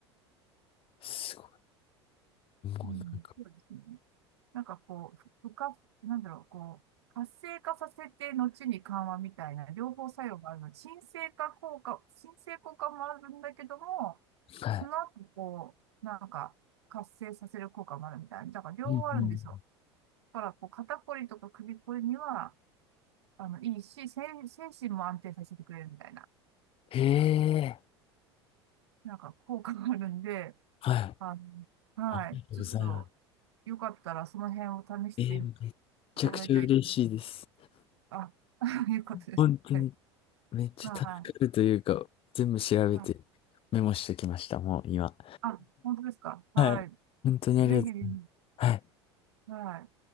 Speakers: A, on the left; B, on the right.
A: すごい。もうなんか、
B: うん。そうですね。なんかこう、不活なんだろう、こう、活性化させて、後に緩和みたいな、両方作用があるので。鎮静化効果、鎮静効果もあるんだけども、
A: はい。
B: その後、こう、なんか、活性させる効果もあるみたいな。だから、両方あるんですよ。
A: うんうんうん。
B: だから、こう、肩こりとか首こりには、あの、いいし、精、精神も安定させてくれるみたいな、
A: へえ、
B: なんか、効果があるんで、
A: はい。
B: あの、はい、
A: ありがとうございます。
B: ちょっと、よかったら、その辺を試していただきゃい、
A: えー、めっちゃくちゃ嬉しいです。
B: あ、<laughs> いうことです。
A: 本当に
B: はい
A: めっちゃ助かるというか、
B: は
A: 全部調べて
B: い。はい。
A: メモしてきました、もう今。
B: あ、本当ですか。はい。
A: はい。本当にありがとうございます。
B: ぜひ、
A: はい。
B: はい。